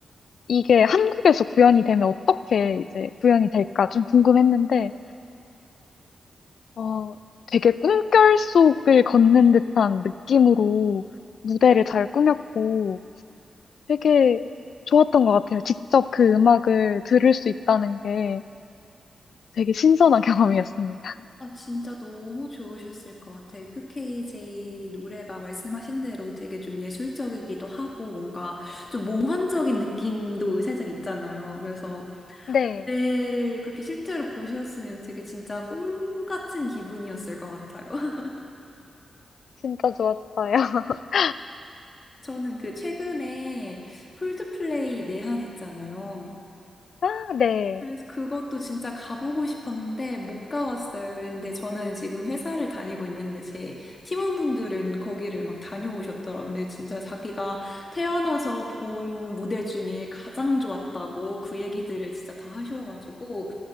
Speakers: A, on the left; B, on the left.
A: 이게 한국에서 구현이 되면 어떻게 이제 구현이 될까 좀 궁금했는데, 어, 되게 꿈결 속을 걷는 듯한 느낌으로 무대를 잘 꾸몄고 되게 좋았던 것 같아요. 직접 그 음악을 들을 수 있다는 게 되게 신선한 <laughs> 경험이었습니다.
B: 아, 진짜 너무 좋으셨을 것 같아요. FKJ 노래가 말씀하신 대로 되게 좀 예술적이기도 하고 뭔가 좀 몽환적인 느낌도 살짝 있잖아요. 그래서
A: 네,
B: 그때를 그렇게 실제로 보셨으면 되게 진짜 꿈 같은 기분이었을 것 같아요. <laughs>
A: 진짜 좋았어요. <laughs>
B: 저는 그 최근에 콜드플레이 내한했잖아요.
A: 아, 네.
B: 그래서 그것도 진짜 가보고 싶었는데 못 가봤어요. 그런데 저는 지금 회사를 다니고 있는데 제 팀원분들은 거기를 막 다녀오셨더라고요. 근데 진짜 자기가 태어나서 본 무대 중에 가장 좋았다고 그 얘기들을 진짜 다 하셔가지고
A: 음,